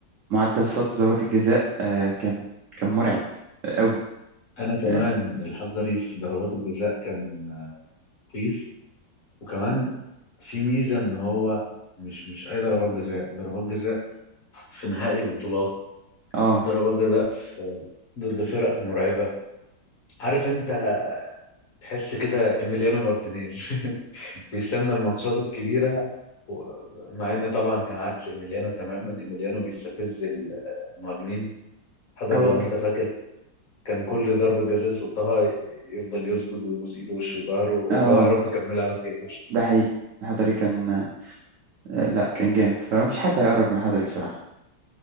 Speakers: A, on the right; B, on the left.
A: معدل صد ضربات الجزاء آه كان كان مرعب قوي
B: انا كمان
A: اه
B: الحضري في ضربات الجزاء كان مخيف وكمان في ميزه ان هو مش مش اي ضربات جزاء ضربات جزاء في نهائي بطولات
A: آه،
B: ضربات جزاء في ضد فرق مرعبه عارف انت تحس كده ايميليانو مارتينيز <laughs> بيستنى الماتشات الكبيره و- مع ان طبعا كان عكس ايميليانو تماما ايميليانو بيستفز المهاجمين حضر
A: هو
B: لو
A: ك...
B: انت فاكر كان كل ضربة جزاء يصدها يفضل يسجد ويبوس ايده ووشه وظهره
A: اه
B: اللي هو يا رب كملها على خير
A: ده حقيقي الحضري كان آه لا كان جامد فما فيش حد هيقرب من الحضري بصراحة